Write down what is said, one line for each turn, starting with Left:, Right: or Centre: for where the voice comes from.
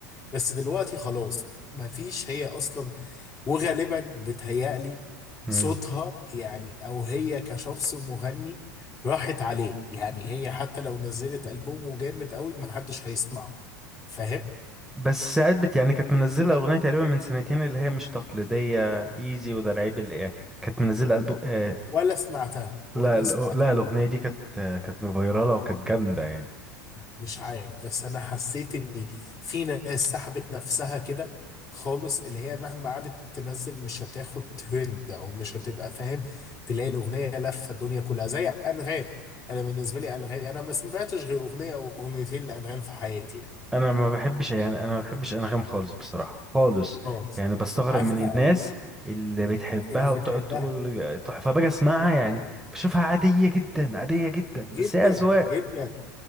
Left: بس دلوقتي خلاص مفيش هي أصلا وغالبا بتهيألي
Centre: مم.
Left: صوتها يعني أو هي كشخص مغني راحت عليه يعني هي حتى لو نزلت ألبوم جامد قوي محدش هيسمعه فاهم
Centre: بس ساعات بت يعني كانت منزله اغنيه تقريبا من سنتين اللي هي مش تقليديه ايزي وده العيب اللي يعني كانت منزله البوم آه
Left: ولا سمعتها ولا
Centre: لا
Left: سمعتها
Centre: لا الاغنيه دي كانت آه، كانت فايراله وكانت جامده يعني
Left: مش عارف بس انا حسيت ان في ناس سحبت نفسها كده خالص اللي هي مهما قعدت تنزل مش هتاخد ترند او مش هتبقى فاهم تلاقي الاغنيه لفه الدنيا كلها زي انغام انا بالنسبه لي انغام انا ما سمعتش غير اغنيه او اغنيتين لانغام في حياتي يعني
Centre: انا ما بحبش يعني انا ما بحبش انغام خالص بصراحه خالص
Left: خالص
Centre: يعني بستغرب
Left: عارف
Centre: من
Left: بقى
Centre: الناس
Left: ال-
Centre: اللي بتحبها
Left: اللي
Centre: وبتقعد
Left: بتحبها
Centre: تقول تحفه باجي اسمعها يعني بشوفها عاديه جدا عاديه جدا
Left: جدا
Centre: بس هي اذواق
Left: جدا